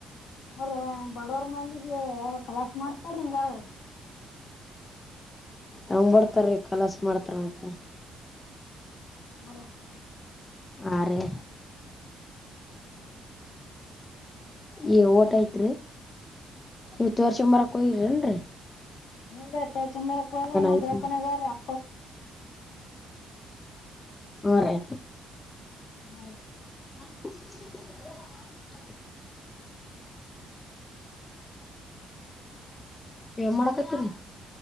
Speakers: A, on the left (about 70°); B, on the left (about 25°).
A: ಅವ್ರು ಬಡವರ ಮಂದಿಗೆ ಯಾರ್ ಕಲಾಸ್ ಮಾಡ್ತಾರ್ರಿ ಹಿಂಗ ಅದ್ರೆ
B: ಯಂಗೆ ಬರ್ತ್ತಾರ್ರೀ ಕಲಸ್ ಮಾಡ್ತಾರೆ ಆಯ್ತನ
A: ಹ್ ರಿ
B: ಆ ರಿ ಏ ಓಟ ಐತ್ರಿ ಇಟ್ಟು ವಡ್ಸ್ಕಂಡ್ಬರಕ್ ಹೋಗಿರನ್ರರಿ
A: ಬದ ತ ಚಾರ ಕುರೆ
B: ಐತ್
A: ಧಕಾನಗಾರ <inaudible>
B: ಅವ ರಿ
A: ನ ರಿ
B: <inaudible> ಎಮ್ ಮಾಡಕತ್ತರಿ